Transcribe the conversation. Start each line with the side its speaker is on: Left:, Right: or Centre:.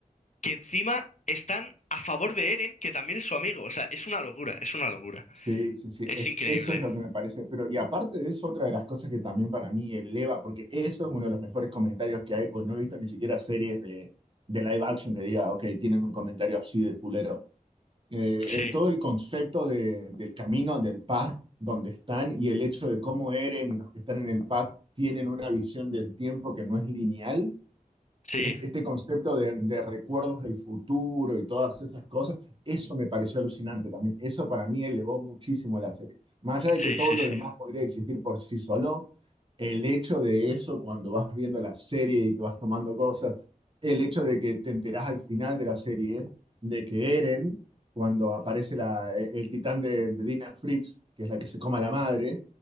Left: que encima están a favor de Eren, que también es su amigo. O sea, es una locura, es una locura.
Right: Sí, sí, sí,
Left: Es
Right: es,
Left: increíble.
Right: eso es lo que me parece. Pero, y aparte de eso, otra de las cosas que también para mí eleva, porque eso es uno de los mejores comentarios que hay, porque no he visto ni siquiera series de, de live action que diga, ok, tienen un comentario así de fulero. Eh,
Left: Sí,
Right: eh, todo el concepto de- del camino, del path donde están y el hecho de cómo Eren y los que están en el path tienen una visión del tiempo que no es lineal
Left: sí,
Right: este este concepto de, de recuerdos del futuro y todas esas cosas, eso me pareció alucinante también. Eso para mí elevó muchísimo la serie. Más allá de
Left: sí,
Right: que todo
Left: sí,
Right: lo
Left: sí,
Right: demás
Left: sí,
Right: podría existir por sí solo, el hecho de eso cuando vas viendo la serie y que vas tomando cosas, el hecho de que te enterás al final de la serie de que Eren, cuando aparece la, e-, el titán de, de Dina Fritz, que es la que se coma la madre,